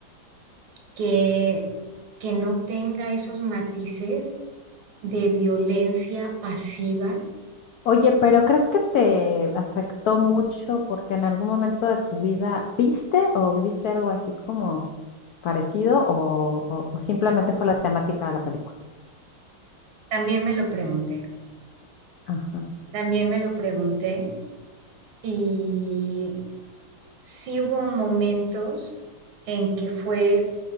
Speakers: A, on the right; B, on the left.
A: que, que no tenga esos matices de violencia pasiva.
B: Oye, pero ¿crees que te afectó mucho porque en algún momento de tu vida viste o viviste algo así como parecido o, o- o simplemente fue la temática de la película?
A: También me lo pregunté,
B: Ajá.
A: también me lo pregunté y sí hubo momentos en que fue